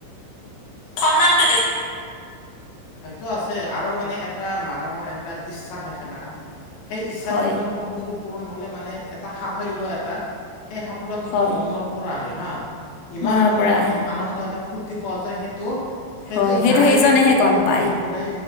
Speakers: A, on the left (about 60°); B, on the left (about 85°).
A: সন্মানটো বেছি সেইটো আছে আৰু মানে এটা মানুহৰ এটা ইচ্ছা থাকে না, সেই ইচ্ছাটো
B: হয়
A: মানে সপোনটো পূৰণ হ'লে মানে, এটা সাফল্য এটা। সেই সাফল্যটো
B: হয়
A: মানে মনৰ হা, ইমান
B: মনৰ
A: মানে
B: পৰা
A: মনত
B: আহে
A: আনন্দ এটা ফুৰ্তি পোৱা যায়। সেইটো সেইটো
B: হয়
A: যাই
B: সেইজনেহে
A: মানে উপলব্ধি
B: গম পায়
A: কৰে,